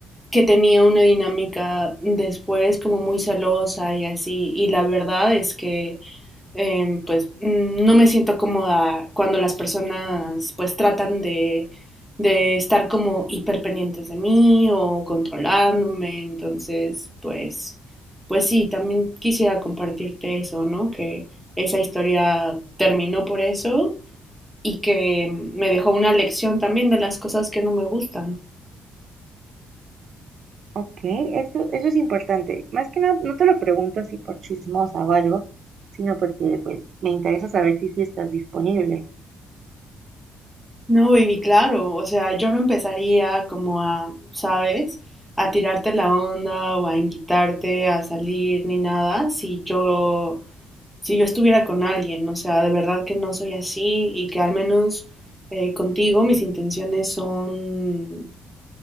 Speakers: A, in the centre; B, on the right.
A: que tenía una dinámica después como muy celosa y así. Y la verdad es que em, pues mm, no me siento cómoda cuando las personas pues tratan de, de estar como hiperpendientes de mí o controlándome. Entonces, pues, pues sí, también quisiera compartirte eso, ¿no? Que esa historia terminó por eso y que me dejó una lección también de las cosas que no me gustan.
B: Ok, eso, eso es importante. Más que nada, no te lo pregunto así por chismosa o algo, sino porque pues me interesa saber si, si estás disponible.
A: No, baby, claro, o sea, yo no empezaría como a, ¿sabes? A tirarte la onda o a invitarte a salir ni nada si yo, si yo estuviera con alguien, o sea, de verdad que no soy así y que al menos eh, contigo mis intenciones son